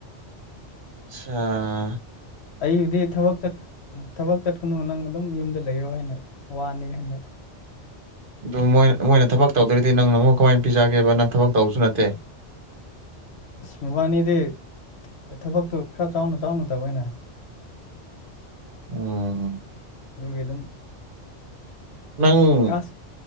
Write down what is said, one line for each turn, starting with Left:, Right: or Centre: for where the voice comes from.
Right: ꯑꯁꯁꯥ
Left: ꯑꯩꯕꯨꯗꯤ ꯊꯕꯛ ꯊꯕꯛ ꯆꯠꯀꯅꯨ ꯅꯪ ꯑꯗꯨꯝ ꯌꯨꯝꯗ ꯂꯩꯌꯣ ꯍꯥꯏꯅ ꯋꯥꯅꯤ ꯍꯥꯏꯅ
Right: ꯑꯗꯨ ꯃꯣꯏ ꯃꯣꯏꯅ ꯊꯕꯛ ꯇꯧꯗꯔ꯭ ꯗꯤ ꯅꯪꯅ ꯑꯃꯨꯛ ꯀꯃꯥꯏꯅ ꯄꯤꯖꯒꯦꯕ ꯅꯪ ꯊꯕꯛ ꯇꯧꯕꯁꯨ ꯅꯠꯇꯦ
Left: ꯑꯁ ꯃꯕꯥꯅꯤꯗꯤ ꯊꯕꯛꯇꯨ ꯈꯔ ꯆꯥꯎꯅ ꯆꯥꯎꯅ ꯇꯧꯋꯦꯅ
Right: ꯎꯝ
Left: ꯑꯗꯨꯒꯤ ꯑꯗꯨꯝ
Right: ꯅꯪ
Left: ꯍꯣꯏ